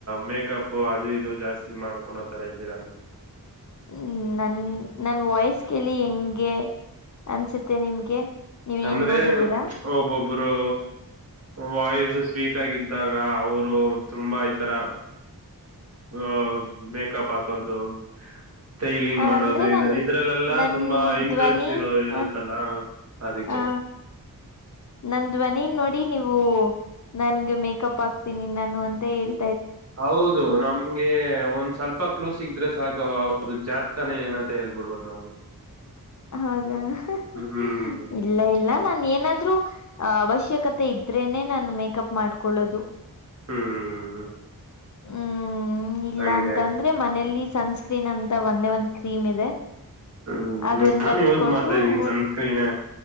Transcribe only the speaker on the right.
ಮೇಕಪ್ ಅದು ಇದು ಜಾಸ್ತಿ ಮಾಡ್ಕೋಡೋ ತರ ಇದ್ದೀರಾ
ಅಂದ್ರೆ
ಒಬ್ಬೊಬ್ಬರು ವಾಯ್ಸ್ ಸ್ವೀಟ್ ಆಗಿದ್ದಾಗ ಅವರು ತುಂಬ ತರ ಹೊ ಮೇಕಪ್ ಹಾಕೋದು. ಸ್ಟೈಲಿಂಗ್ ಮಾಡೋದು
ಇದು
ಇದ್ರಲ್ಲೆಲ್ಲಾ
ತುಂಬಾ ಇಂಟ್ರೆಸ್ಟ್
ಇರೋ ಇರುತ್ತಲ್ಲ.
ಅದಿಕ್ಕೆ.
ಹೌದು ನಾ ನಮ್ಗೆ ಒಂದ್ ಸ್ವಲ್ಪ ಕ್ಲ್ಯೂ ಸಿಕ್ದ್ರೆ ಸಾಕ ಅವ್ರ ಜಾತ್ಕನೆ ಏನಂತ ಹೇಳ್ಬಿಡ್ಬೋದು ನಾವು. <inaudible>
ಹ್ಮ್
ಹ್ಮ್.
ಹಂಗೆ
ಹ್ಮ್
ನಾನು
ಯೂಸ್ ಮಾಡ್ತಾ ಇದ್ದೀನಿ
ಸನ್ಸ್ಕ್ರೀನೆ.